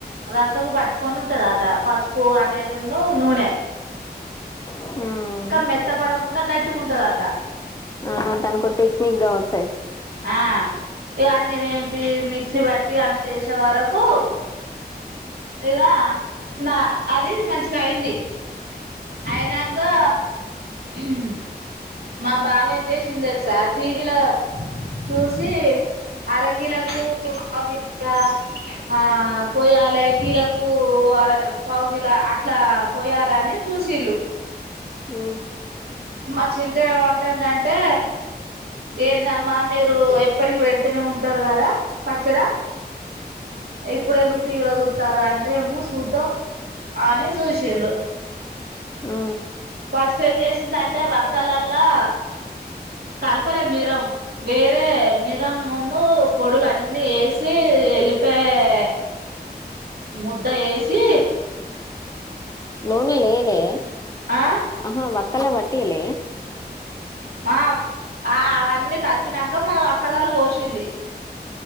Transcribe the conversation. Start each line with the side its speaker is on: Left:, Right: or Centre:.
Right: వక్కకు పట్టుకొని ఉంటందట పసుపు అనేది ఉన్నూ నూనే.
Left: అ హ్మ
Right: మెత్తపడకుండా గట్టిగా ఉంటదట
Left: ఆ తనకుట్టీ మీగ్గావచ్చు
Right: ఆ ఇవన్నీ వేంపీ మిక్సీ పట్టి అన్నీ చేశ్ చ్చేవరకూ ఇగా మా అది మంచిగా అయింది అయినాంకా హ్మ మా బావ ఏం చేశిండ్ తెలుసా టీవీలా చూస్ సీ అరకిలోకూ పావు <inaudible> ఆ పోయాలే కిలోకు కూ అర పావుకిలా అట్లా పోయాలని చూసిళ్ళు.
Left: ఉ
Right: మా చింట్ ఏమంటాండ్ అంటే ఏందమ్మా మీరూ ఎప్పటికి పెడితనే ఉంటరు కదా పచ్చడా, ఇప్పుడు ఎందుకు టీవీలో చూత్తార్ అంటే ఏమో చూద్దాం అని చూశిండ్రు.
Left: ఆ
Right: ఫస్ట్ ఏం చేసిందంటే వక్కల్లలా కలపలే మిరం వేరే మిరం నున్నూ పొడులు అన్నీ ఏసీ వెళ్ళిపాయే ముద్ద ఏశీ
Left: నూనే లెయ్యలే
Right: ఆ
Left: ఆహా వక్ క్కలక్ పట్టియ్యలే
Right: ఆ ఆ అవన్నీ కలిపినాంకా మళ్ళ వక్కల్లలా పోశింది